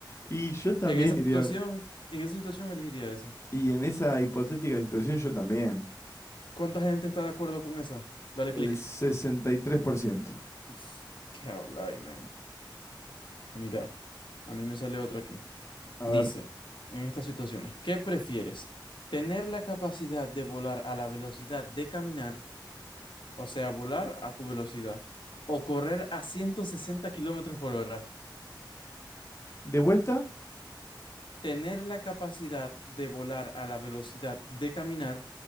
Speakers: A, on the left (about 35°); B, on the left (about 80°).
A: Y yo también
B: En esa situación,
A: iría,
B: en esa situación elegiría ese.
A: y en esa hipotética situación yo también.
B: ¿Cuánta gente está de acuerdo con esa? Dale clic.
A: El 63%.
B: <sniffs> Uf, ¿Qué habláis, men? Mira, a mí me sale otra aquí.
A: A
B: Dice,
A: ver,
B: en estas situaciones, ¿qué prefieres? ¿Tener la capacidad de volar a la velocidad de caminar, o sea, volar a tu velocidad, o correr a 160 kilómetros por hora?
A: de vuelta.
B: tener la capacidad de volar a la velocidad de caminar